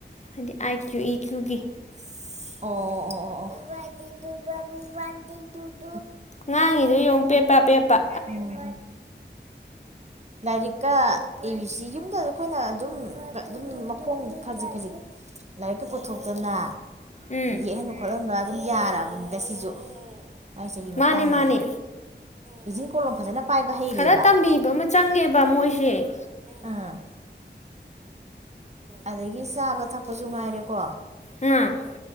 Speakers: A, on the left (about 40°); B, on the right (about 35°).
A: ꯍꯥꯏꯗꯤ ꯑꯥꯏ ꯀ꯭ꯌꯨ ꯏ ꯀꯌꯨꯒꯤ
B: ꯑꯣ ꯑꯣ ꯏꯗꯨ ꯏꯗꯨ
A: ꯉꯥꯡꯉꯤꯗꯨꯣ ꯌꯦꯡꯉꯨ ꯄꯦꯞꯄ ꯄꯦꯞꯄ
B: ꯎꯝ ꯂꯥꯏꯔꯤꯛꯀ ꯏꯁꯤ ꯌꯨꯝꯗ ꯑꯩꯈꯣꯏꯅ ꯑꯗꯨꯝ ꯑꯗꯨꯝ ꯃꯈꯣꯡ ꯈꯖꯤꯛ ꯈꯖꯤꯛ ꯂꯥꯏꯔꯤꯛꯀ ꯄꯨꯊꯣꯛꯇꯅ
A: ꯎꯝ
B: ꯌꯦꯛꯍꯟ ꯈꯣꯠꯍꯟꯕ ꯑꯗꯨꯝ ꯌꯥꯔꯛꯑꯕꯅꯤꯗ ꯁꯤꯁꯨ ꯃꯥꯏꯆꯒꯤ
A: ꯃꯥꯅꯦ
B: ꯃꯇꯥꯡꯁꯦ
A: ꯃꯥꯅꯦ
B: ꯍꯤꯆꯤꯟ ꯀꯣꯂꯣꯝ ꯐꯖꯅ ꯄꯥꯏꯕ ꯍꯩꯔꯦꯕ
A: ꯈꯔ ꯇꯝꯕꯤꯕ ꯑꯃ ꯆꯪꯉꯦꯕ ꯃꯣꯏꯁꯦ
B: ꯑꯥ ꯑꯗꯒꯤ ꯁꯥꯕ ꯊꯛꯄꯁꯨ ꯉꯥꯏꯔꯦꯀꯣ
A: ꯎꯝ